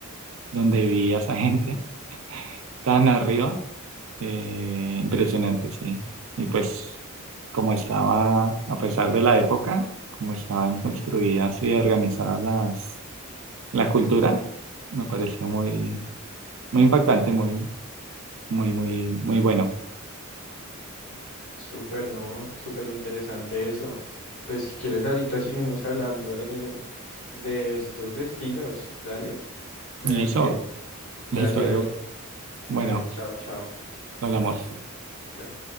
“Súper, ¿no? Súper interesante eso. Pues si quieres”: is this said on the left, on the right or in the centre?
Left